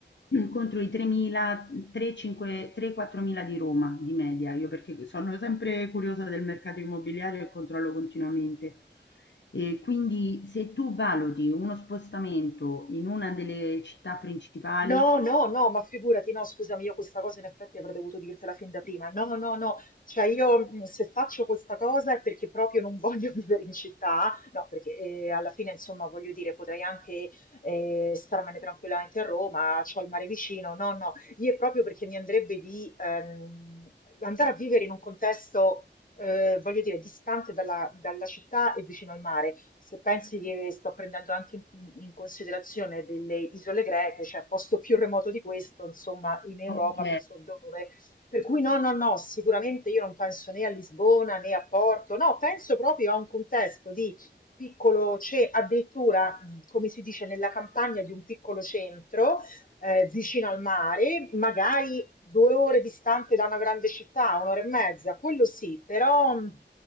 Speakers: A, on the left; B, on the left.
A: Contro i tremila, tre, cinque, tre, quattromila di Roma di media, io perché sono sempre curiosa del mercato immobiliare e controllo continuamente. E quindi se tu valuti uno spostamento in una delle città principali,
B: No, no, no, ma figurati, no, scusami, io questa cosa in effetti avrei dovuto dirtela fin da prima. No, no, no, cioè io mh, se faccio questa cosa è perché proprio non voglio <laughs> vivere in città, no, perché eh, alla fine, insomma, voglio dire, potrei anche eh, starmene tranquillamente a Roma, c'ho il mare vicino, no, no, io è proprio perché mi andrebbe di ehm, andare a vivere in un contesto, eh, voglio dire, distante dalla, dalla città e vicino al mare. Se pensi che sto prendendo anche in, in considerazione delle isole greche, cioè posto più remoto di questo, insomma, in Europa
A: ok,
B: non so dove. Per cui no, no, no, sicuramente io non penso né a Lisbona né a Porto, no, penso proprio a un contesto di piccolo, c'è addirittura, mh, come si dice, nella campagna di un piccolo centro ehm, vicino al mare, magari 2 ore distante da una grande città, 1 ora e mezza, quello sì, però mhmm,